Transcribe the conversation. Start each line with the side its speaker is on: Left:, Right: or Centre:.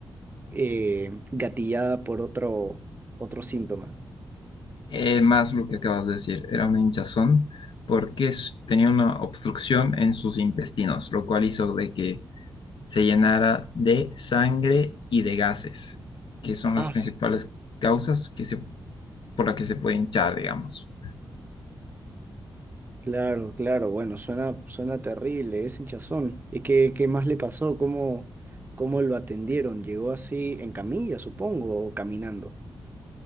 Right: eh, gatillada por otro, otro síntoma.
Left: Eh, más lo que acabas de decir, era una hinchazón porque s- tenía una obstrucción en sus intestinos, lo cual hizo de que se llenara de sangre y de gases, que son
Right: Ah,
Left: las principales
Right: s-
Left: causas que se, por las que se puede hinchar, digamos.
Right: claro, claro. Bueno, suena, suena terrible, es hinchazón. ¿Y qué, qué más le pasó? ¿Cómo, cómo lo atendieron? ¿Llegó así en camilla, supongo, o caminando?